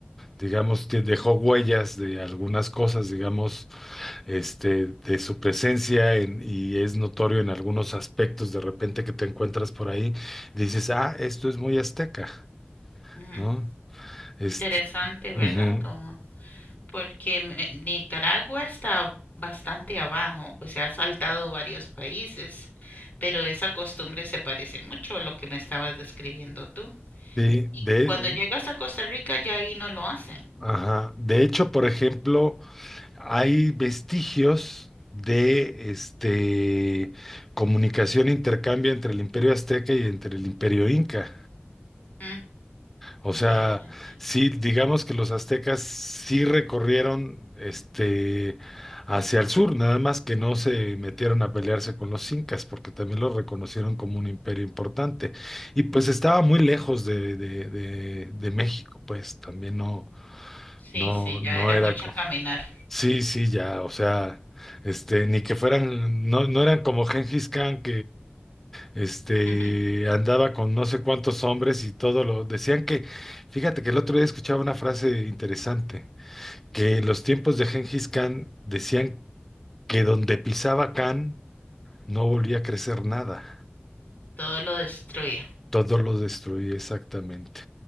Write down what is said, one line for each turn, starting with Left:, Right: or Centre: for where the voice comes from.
Centre: digamos, que dejó huellas de algunas cosas, digamos, este, de su presencia en- y es notorio en algunos aspectos de repente que te encuentras por ahí, dices, ah, esto es muy azteca,
Left: Mm,
Centre: ¿no? Este,
Left: Interesante, ¿verdad?
Centre: ujú,
Left: Como porque me- Nicaragua está bastante abajo, pues se ha saltado varios países, pero esa costumbre se parece mucho a lo que me estabas describiendo tú.
Centre: sí,
Left: Y
Centre: de,
Left: cuando llegas a Costa Rica ya ahí no lo hacen.
Centre: ajá. De hecho, por ejemplo, hay vestigios de este comunicación e intercambio entre el Imperio Azteca y entre el Imperio Inca.
Left: Mm, Interesante.
Centre: O sea, sí, digamos que los aztecas sí recorrieron este hacia el sur, nada más que no se metieron a pelearse con los incas, porque también los reconocieron como un imperio importante. Y pues
Left: Mm,
Centre: estaba muy lejos de, de, de, de México, pues también no,
Left: Sí,
Centre: no,
Left: sí, ya
Centre: no
Left: era
Centre: era
Left: mucho
Centre: co-
Left: caminar.
Centre: Sí, sí, ya, o sea, este, ni que fueran, no, no eran como Gengis Khan este,
Left: <laughs>
Centre: andaba con no sé cuántos hombres y todo lo decían que, fíjate que el otro día escuchaba una frase interesante, que en los tiempos de Gengis Khan decían que donde pisaba Khan no volvía a crecer nada,
Left: Todo lo destruía.
Centre: todo lo destruía exactamente.